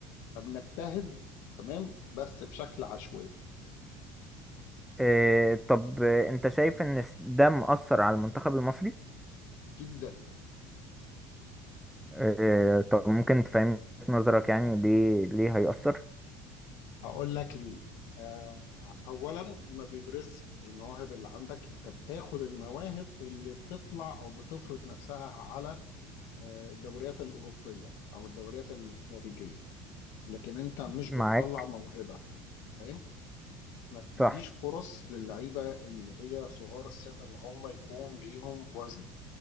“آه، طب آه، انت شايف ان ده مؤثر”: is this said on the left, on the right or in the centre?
Centre